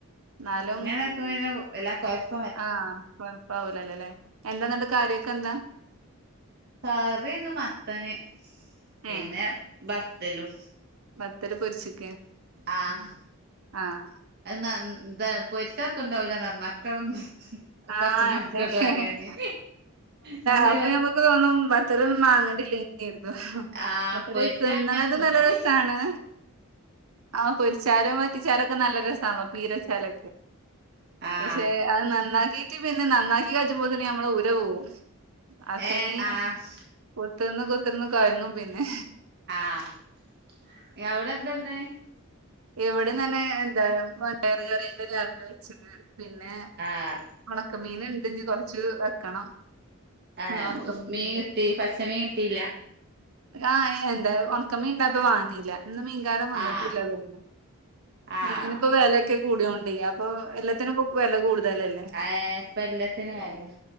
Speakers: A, on the right; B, on the right.
A: ന്നാലും
B: ഇങ്ങനെ <unintelligible>
A: ആഹ് കൊഴപ്പാവൂലല്ലേ ല്ലെ എന്താന്നട്ട് കാറിയൊക്കെ എന്താ
B: കറി ഇന്ന് മത്തന് പിന്നെ
A: ഏഹ്
B: ബത്തലും
A: ബത്തല് പൊര്ച്ച്‌ക്കേ
B: ആഹ്
A: ആഹ്
B: അത് നന്ന് താണ് പൊര്ച്ചാ എത്തുണ്ടാവൂല നന്നാക്കണം
A: ആഹ്
B: കൊറച്ച്
A: അയന്നെ
B: മെനക്കെടുവാണ്
A: <unintelligible>
B: പറഞ്ഞ് നല്ല
A: അപ്പൊ നമ്മുക്ക് തോന്നും ഇത്ര ഒന്നും മാങ്ങണ്ടില്ലേനീ ന്ന് കര്തും
B: ആ
A: <unintelligible>
B: പൊരിച്ച
A: തിന്ന്ണത്
B: അങ്ങനെ തിന്നും
A: നല്ല രസാണ്
B: ചെയ്യും
A: ആഹ് പൊര്ച്ചാലും വറ്റിച്ചാലൊക്കെ നല്ല രസാണോ പീരച്ചാലൊ
B: ആഹ്
A: പക്ഷെ അത് നന്നാക്കിട്ട് പിന്നെ നന്നാക്കി കജ്ജ്പ്പോത്തിന് നമ്മളെ ഊര പോവും അത്രീം
B: ഏ ആഹ്
A: കുത്തര്ന്ന് കുത്തര്ന്ന് കൊഴ്ങ്ങും പിന്നെ
B: ആഹ് അവ്ടെ എന്തെന്ന്
A: ഇവിടി തന്നെ എന്താ പയർ കറിണ്ട് രാവിലെ വെച്ചത് പിന്നെ
B: ആഹ്
A: ഉണക്ക മീൻ ഒണ്ട് ഇനി കൊറച്ച് വെക്കണം
B: ആഹ്
A: ഒണക്കമീന്ണ്ട്.
B: മീൻ കിട്ടി പച്ച മീൻ കിട്ടിയില്ല
A: ആഹ് എന്താ ഉണക്കമീൻ ഇണ്ട് അത് വാങ്ങിയില്ല ഇന്ന് മീൻകാരാൻ വന്നിട്ടും
B: ആഹ്
A: ഇല്ല തോന്നുന്നു
B: ആഹ്
A: മീങ്ങിന് ഇപ്പോ വെലയൊക്കെ കൂടിയോണ്ടെ - അപ്പൊ എല്ലാത്തിനും ഇപ്പൊ വെല കൂടുതലല്ലേ
B: എയെ ഇപ്പ എല്ലാത്തിനും വെല